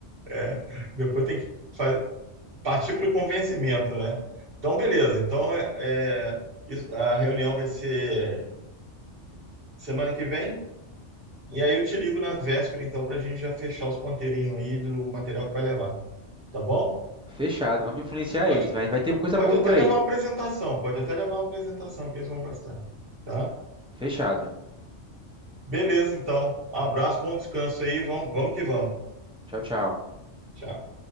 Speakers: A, on the right; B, in the centre.
A: é. Depois tem que fa- partir para o convencimento, né? Então, beleza. Então, é, é, isso- a reunião vai ser semana que vem? E aí eu te ligo na véspera, então, para a gente já fechar os ponteirinhos aí do material que vai levar. Tá bom?
B: Fechado, vamos influenciar
A: Pode,
B: eles, mas vai ter coisa
A: pode
B: boa
A: até
B: por aí.
A: levar uma apresentação, pode até levar uma apresentação que eles vão gostar. Tá?
B: Fechado.
A: Beleza, então. Abraço, bom descanso aí. Vamos, vamos que vamos.
B: Tchau, tchau.
A: Tchau.